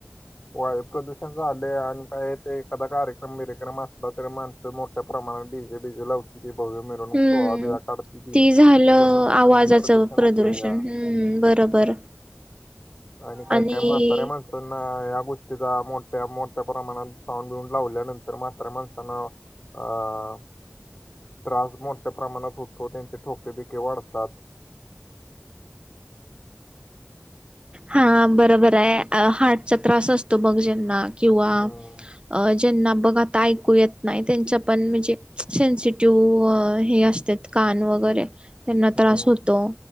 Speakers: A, on the left (about 40°); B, on the right (about 25°).
A: वायू प्रदूषण झाले आणि काय ते एखादा कार्यक्रम बरक्रम असला तरी माणसं मोठ प्रमाात डीजे बीजे लावतील भव्य मिरवणूक
B: हम्म
A: सोहा बेळा काढती ती
B: ते
A: त्याच्यामुळे
B: झालं आवाजाचं
A: ध्वनी प्रदूषण
B: प्रदूषण
A: होत या
B: हम्म बरोबर
A: आणि काय
B: आणि
A: काय, म्हाताऱ्या माणसना गोष्टीचा मोठ्या मोठ्या प्रमाणात साऊड बिऊन लावल्यानंतर मात्र माणसानं अ त्रास मोठ्या प्रमाणात होतो त्यांचे ठोके बिके वाढतात
B: हा बरोबर आहे हार्टचा त्रास असतो मग ज्यांना किंवा
A: हम्म
B: अ ज्यांना बघा आता ऐकू येत नाही त्यांचा पण म्हणजे सेनसिटिव्ह हे असत कान वगैरे त्यांना
A: हम्म
B: त्रास होतो